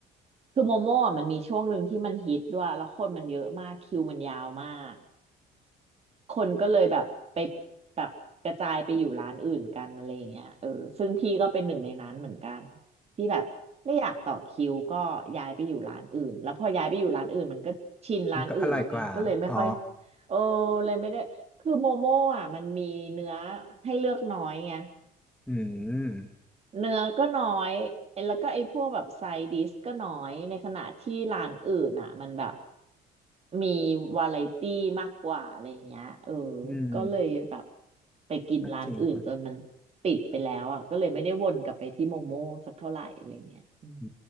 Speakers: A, on the right (about 40°); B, in the centre.
A: คือโมโม่อะมันมีช่วงหนึ่งที่มันฮิตด้วยแล้วคนมันเยอะมากคิวมันยาวมาก คนก็เลยแบบไปแบบกระจายไปอยู่ร้านอื่นกันอะไรอย่างเงี้ยเออซึ่งพี่ก็เป็นหนึ่งในนั้นเหมือนกันที่แบบไม่อยากต่อคิวก็ย้ายไปอยู่ร้านอื่นแล้วพอย้ายไปอยู่ร้านอื่นมันก็ชินร้านอื่นแล้วไงก็เลยไม่ค่อย
B: มันก็อร่อยกว่าอ๋อ
A: เออเลยไม่ได้คือโมโม่อ่ะมันมีเนื้อให้เลือกน้อยไง
B: อืม
A: เนื้อก็น้อยไอ้แล้วก็ไอ้พวกแบบไซดิสก็น้อย ในขณะที่ร้านอื่นอ่ะมันแบบมีวาไรตี้มากกว่าอะไรอย่างเงี้ยเออ
B: อืม
A: ก็เลยแบบไปกินร้านอื่นจนมันติดไปแล้วอ่ะก็เลยไม่ได้วนกลับไปที่โมโม่สักเท่าไหร่อะไรเงี้ยอืม
B: ก็จริงครับอื